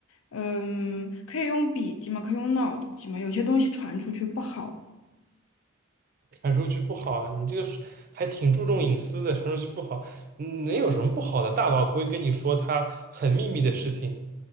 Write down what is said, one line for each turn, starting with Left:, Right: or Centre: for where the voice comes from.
Left: 嗯，可以用笔记嘛，可以用脑子记嘛，有些东西传出去不好。
Right: 传出去不好，你这个是还挺注重隐私的，传出去不好，嗯能有什么不好的？大佬不会跟你说他很秘密的事情，